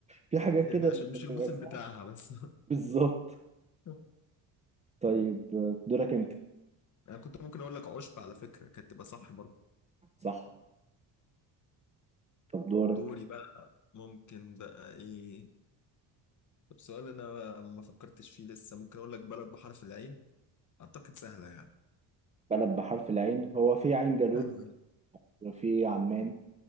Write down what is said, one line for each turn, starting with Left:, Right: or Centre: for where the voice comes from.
Right: في حاجات
Left: إيه،
Right: كده
Left: عشان
Right: بتبقى
Left: مش الموسم
Right: سهله
Left: بتاعها بس
Right: بالظبط
Left: <laughs>
Right: طيب دورك انت
Left: انا كنت ممكن اقول لك عشب على فكرة كانت تبقى صح برضه
Right: صح طب دورك
Left: دوري بقى ممكن بقى ايه طب سؤال انا ما فكرتش فيه لسه ممكن اقول لك بلد بحرف العين اعتقد سهله يعني
Right: بلد بحرف العين هو في عين جالوت
Left: سهلة.
Right: وفي عمان